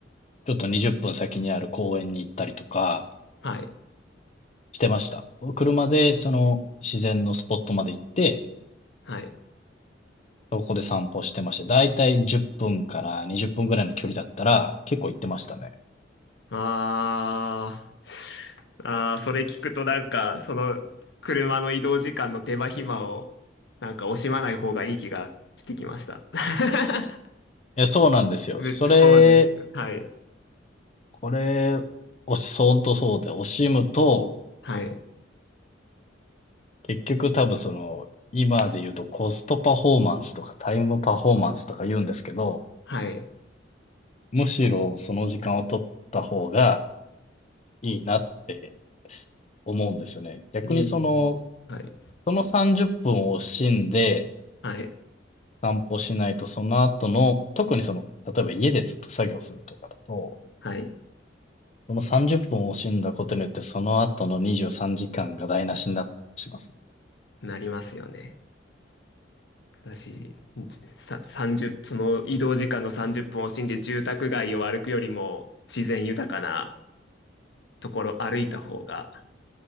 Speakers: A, on the left; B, on the left.
A: ちょっと20分先にある公園に行ったりとか
B: はい。
A: してました。車でその自然のスポットまで行って、
B: はい。
A: そこで散歩してました。だいたい10分から20分ぐらいの距離だったら結構行ってましたね。
B: あーあー、それ聞くとなんか、その車の移動時間の手間暇をなんか惜しまない方がいい気がしてきました。<laughs>
A: いや、そうなんですよ。
B: ぜそうです。
A: それ、
B: はい。
A: これ、おし、ほんとそうで、惜しむと、
B: はい。
A: 結局多分その、今で言うとコストパフォーマンスとかタイムパフォーマンスとか言うんですけど、
B: はい。
A: むしろその時間を取った方がいいなって思うんですよね。逆にその、
B: いい。はい。
A: その30分を惜しんで、
B: はい。
A: 散歩しないと、その後の、特にその、例えば家でずっと作業するとかだと、
B: はい。
A: その30分を惜しんだことによって、その後の23時間が台無しになったりしますね。
B: なりますよね。私、さ、30、その移動時間の30分を惜しんで住宅街を歩くよりも自然豊かなところ歩いた方が